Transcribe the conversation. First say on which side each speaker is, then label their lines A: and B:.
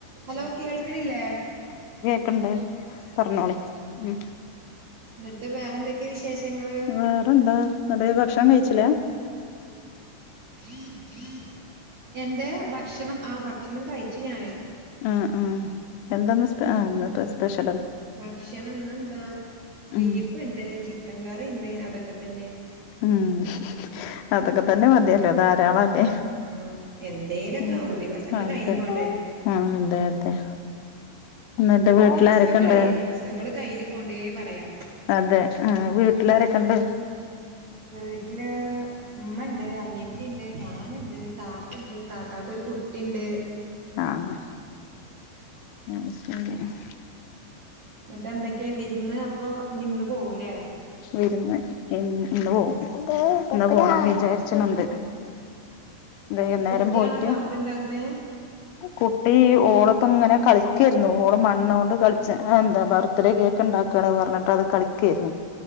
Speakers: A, on the right; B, on the left.
A: Hello കേൾക്ക്ണില്ലേ
B: ക്ക്ണ്ട് പറഞ്ഞോളി ഇം
A: എന്നിട്ട് വേറെന്തൊക്കെയാ വിശേഷങ്ങള്
B: വേറെന്താ അന്നിട്ടീ ഭക്ഷണം കഴിച്ചില്ല
A: ഇം എന്ത് ഭക്ഷണം ആ ഭക്ഷണം കഴി ച്ച് ഞാന്
B: ആ ആ എന്താന്ന് സ് ഇന്നത്തെ സ്പെഷ്യ
A: ഭക്ഷണം ന്നെന്താ
B: ഉം
A: ബീഫ്ണ്ട് ചിക്കൻ കറിണ്ട് അതൊക്കെ തന്നെ
B: മ്മ് അതൊക്കെ തന്നെ മത്യല്ലോ ധാര ളല്ലെ
A: ആ എന്തേലൊക്കെ
B: ഇം
A: ദിവസങ്ങള്
B: അതെ
A: കഴിഞ്ഞു പോണ്ടേ
B: ആ അതെ അതെ ന്നട്ട് വീട്ടിലാരൊക്കെണ്ട്
A: ദിവസങ്ങളേ ദിവസങ്ങള് കഴിഞ്ഞു പോണ്ടേ പറയാ
B: അതെ ആ വീട്ടിലാരൊക്കെണ്ട്
A: വീട്ടില് മ്മണ്ട് അനിയത്തിണ്ട് ഞാനുണ്ട് താത്തണ്ട് താത്തക്കൊരു കു ട്ടിണ്ട്
B: ആഹ് <inaudible>
A: ന്നിട്ട് എന്തൊക്കെയാ വിരുന്ന് അപ്പൊ ഞ്ഞി ന്ന് പോവുലേ
B: വിരുന്ന് ഇന്ന് ഇന്ന് പോവും ന്ന് പോണം വിചാരിച്ച്ണുണ്ട് വൈന്നേരം
A: കുട്ടിയാണോ
B: പോയിട്ട്
A: സൗണ്ട് ഉണ്ടാക്കണേ
B: കുട്ടി ഓള് ഇപ്പൊ അങ്ങനെ കളി- കളിക്കായിരുന്നു ഓള് മണ്ണോണ്ട് കളിച്ച് എന്താ ബർത്ത്ഡേ കേക്ക് ഇണ്ടാക്കാണ്ന്ന് പറഞ്ഞിട്ട് അത് കളിക്കായിരുന്നു